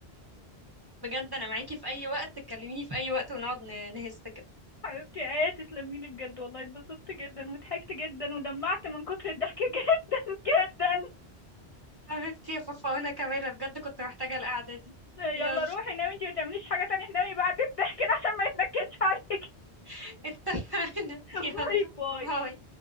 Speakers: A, on the right; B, on the left.
A: بجد انا معاكي في اي وقت تكلميني في اي وقت ونقعد ن- نهز كده
B: حبيبتي ايه تسلمي لي بجد والله اتبسطت جدا وضحكت جدا ودمعت من كتر الضحك <laughs> جدا جدا
A: حبيبتي يا فافا وانا كمان أنا بجد كنت محتاجة القعدة دي
B: يلا
A: يلا
B: روحي نامي انتي ما تعمليش حاجة تانية نامي بعد الضحك ده عشان ما يتنكدش عليك
A: <laughs> اتفقنا
B: <laughs>
A: يلا
B: باي باي
A: باي